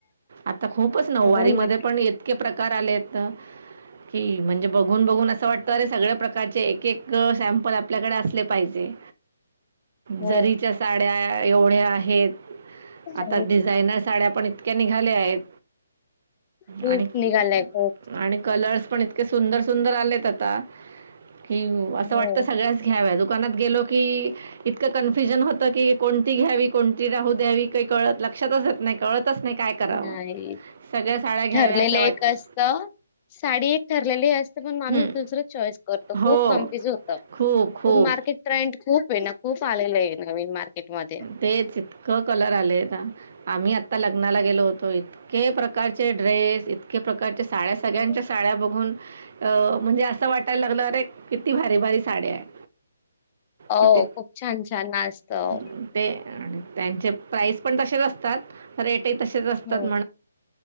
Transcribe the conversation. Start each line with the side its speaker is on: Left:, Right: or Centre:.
Right: आता खूपच नऊवारी
Left: हो
Right: मध्ये
Left: ना
Right: पण इतके प्रकार करायला येतं. कि म्हणजे, बघून बघून असं वाटतं, अरे सगळ्या प्रकारचे एक एक सॅम्पल आपल्याकडे असले पाहिजे.
Left: हो
Right: जरीच्या साड्या एवढ्या आहेत.
Left: हो.
Right: तर, डिझायनर साड्या पण इतक्या निघाल्या आहेत.
Left: खूप
Right: आणि <unintelligible>
Left: निघालाय खूप
Right: आणि कलर्स पण इतके सुंदर सुंदर आलेत आता, कि असं
Left: हो
Right: वाटत, सगळ्याच घ्याव्या गं. दुकानात गेलो की, इतकं कन्फ्युजन होतं की, कोणती घ्यावी कोणती राहू द्यावी, काही कळत, लक्षातच येत नाही, कळतच नाही काय करावं
Left: नाही
Right: सगळ्या साड्या घ्यावश्या
Left: ठरलेलं एक
Right: वाटतात.
Left: असतं साडी एक ठरलेली असते. पण माणूस
Right: हं.
Left: दुसर चॉईस करतो खूप
Right: हो
Left: कन्फ्युज होतं.
Right: खूप खूप
Left: मग ती ट्रेंड खूप आहे ना खूप आलेलं आहे नवीन मार्केटमध्ये.
Right: तेच इतकं कलर आलेय आम्ही आता लग्नाला गेलो होतो. इतके प्रकारचे ड्रेस इतके प्रकारच्या साड्या सगळ्यांच्या
Left: हो
Right: साड्या बघून. अ म्हणजे असं वाटायला लागलं अरे किती भारी भारी साड्या आहेत.
Left: हो
Right: किती
Left: खूप छान छान ना असतं.
Right: अं, ते आणि त्यांचे प्राईस पण तसेच असतात. रेट तसेच असतात
Left: हो
Right: ना